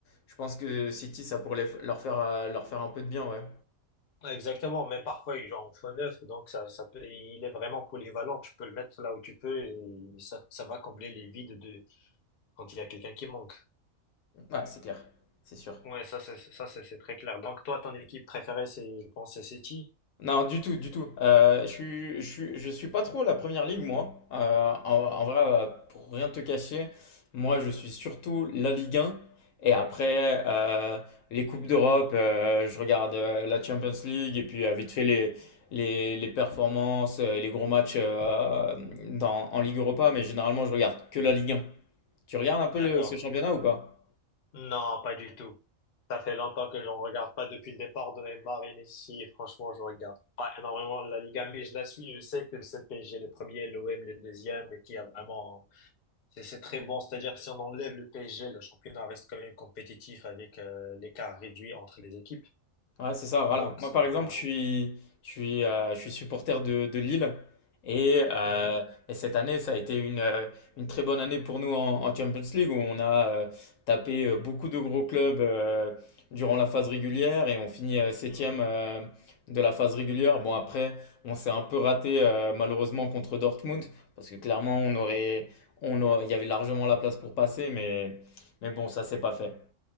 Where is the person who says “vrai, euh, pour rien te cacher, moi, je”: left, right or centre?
Left